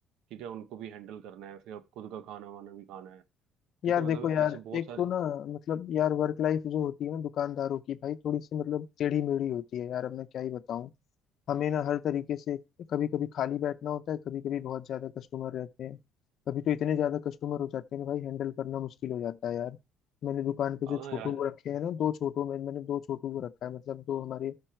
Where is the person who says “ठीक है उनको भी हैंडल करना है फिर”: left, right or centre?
Right